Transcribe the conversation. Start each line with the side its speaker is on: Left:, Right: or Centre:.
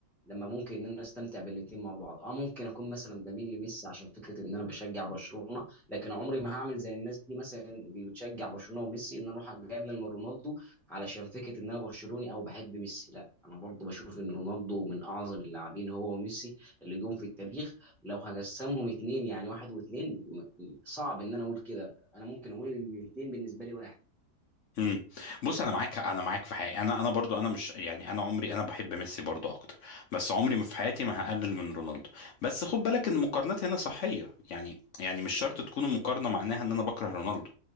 Centre: لما ممكن ان انا استمتع بالاثنين مع بعض اه ممكن اكون مثلا بميل لميسي عشان فكره ان انا بشجع برشلونه لكن عمري ما هعمل زي الناس دي مثلا اللي بتشجع برشلونه وميسي ان انا اروح اقلل من رونالدو علشان فكره ان انا برشلوني او بحب ميسي لا انا برضو بشوف ان رونالدو من اعظم اللاعبين هو وميسي اللي جم في التاريخ لو هقسمهم اتنين يعني واحد واتنين م- صعب ان انا اقول كده انا ممكن اقول ان الاتنين بالنسبه لي
Left: امم بص انا معاك انا معاك في حاجه انا انا برضو انا مش يعني انا عمري انا بحب ميسي برضو اكتر بس عمري ما في حياتي ما هقلل من رونالدو بس خد بالك ان المقارنات هنا صحيه يعني يعني مش شرط تكون المقارنه معناها ان انا بكره رونالدو